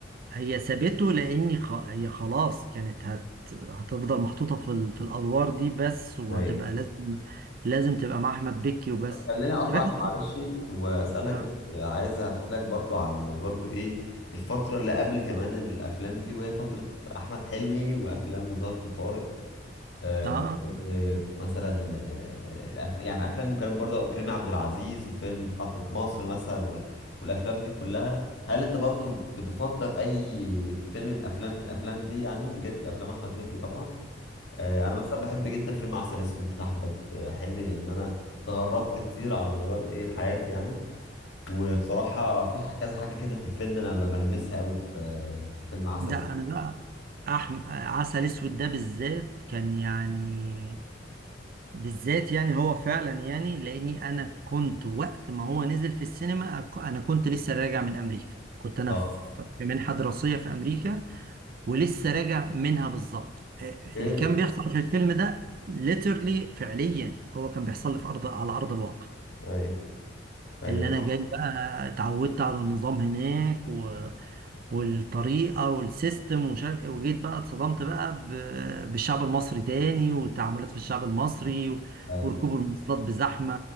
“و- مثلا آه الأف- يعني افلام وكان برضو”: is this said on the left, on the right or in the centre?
Left